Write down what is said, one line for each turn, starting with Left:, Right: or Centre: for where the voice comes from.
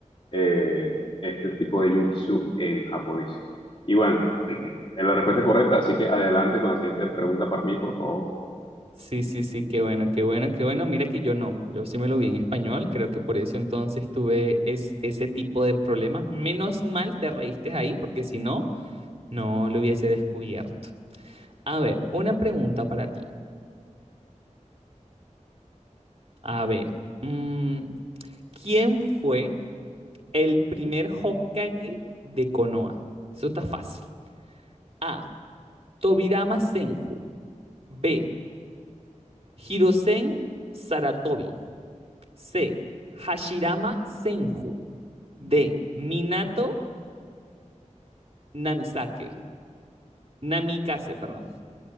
Left: eh, este tipo de jutsu en japonés. Y bueno, <clears throat> es la respuesta correcta, así que adelante con la siguiente pregunta para mí, por favor.
Right: Sí, sí, sí, qué bueno, qué bueno, qué bueno. Mira que yo no, yo sí me lo vi en español, creo que por eso entonces tuve es- ese tipo de problemas. Menos mal te reíste ahí porque si no, no lo hubiese descubierto. A ver, una pregunta para ti. A ver, mm, ¿quién fue el primer Hokage de Konoha? Eso está fácil. A. Tobirama Senju. B. Hirosen Saratobi. C. Hashirama Senju. de Minato Namisake, Namikaze, perdón.